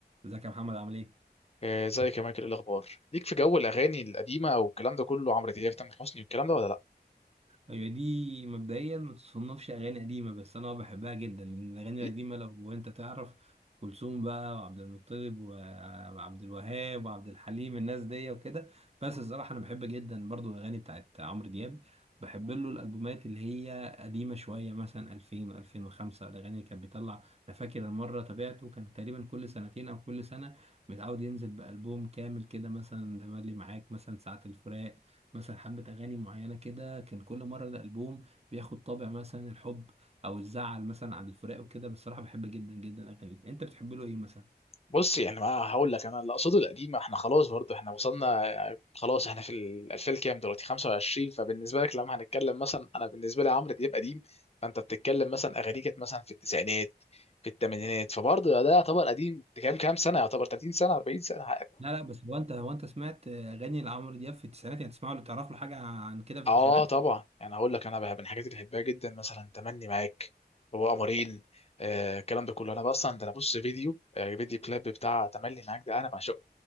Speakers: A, on the right (about 40°); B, on the left (about 35°).
A: ازيك يا محمد عامل ايه؟
B: آه، ازيك يا مايكل إيه الاخبار ليك في جو الاغاني القديمه والكلام ده كله عمرو دياب تامر حسني والكلام ده ولا لا
A: ايوه دي مبدئيا ما تصنفش اغاني قديمه بس انا بحبها جدا لان الاغاني
B: ليك؟
A: القديمه لو انت تعرف كلثوم بقى وعبد المطلب وعبد الوهاب وعبد الحليم الناس دي وكده بس الصراحه انا بحب جدا برضو الاغاني بتاعت عمرو دياب بحب له الالبومات اللي هي قديمه شويه مثلا 2000 2005 الاغاني اللي كان بيطلع انا فاكر المره تابعته كان تقريبا كل سنتين او كل سنه متعود ينزل بالبوم كامل كده مثلا تملي معاك مثلا ساعه الفراق مثلا حبة أغاني معينة كده كان كل مرة الألبوم بياخد طابع مثلا الحب أو الزعل مثلا على الفراق وكده بصراحة بحب جدا جدا أغانيه أنت بتحب له إيه مثلا؟
B: بص يعني ما هقول لك انا اللي اقصده القديمه احنا خلاص برضه احنا وصلنا آه، خلاص احنا في ال 2000 كام دلوقتي 25 فبالنسبه لك لما هنتكلم مثلا انا بالنسبه لي عمرو دياب قديم فانت بتتكلم مثلا اغانيه كانت مثلا في التسعينات في الثمانينات فبرضه ده يعتبر قديم كام كام سنه يعتبر 30 سنه 40 سنه
A: لا لا بس هو أنت هو أنت سمعت أغاني لعمرو دياب في التسعينات يعني تسمعه ولا تعرف له حاجة عن كده في
B: اه
A: التسعينات؟
B: طبعا يعني هقول لك انا بقى من الحاجات اللي بحبها جدا مثلا تمني معاك هو قمرين آه الكلام ده كله انا بقى اصلا ده انا بص فيديو آه فيديو كليب بتاع تملي معاك ده انا بعشقه